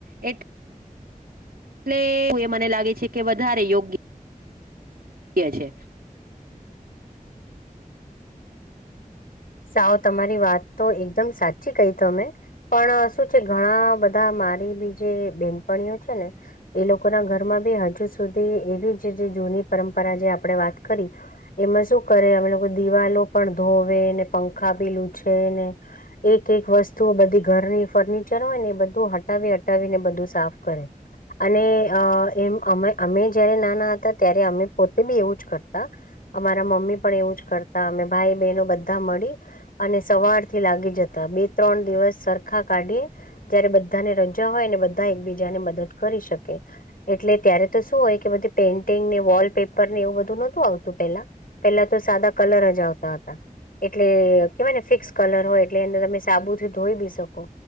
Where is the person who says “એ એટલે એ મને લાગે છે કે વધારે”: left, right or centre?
Right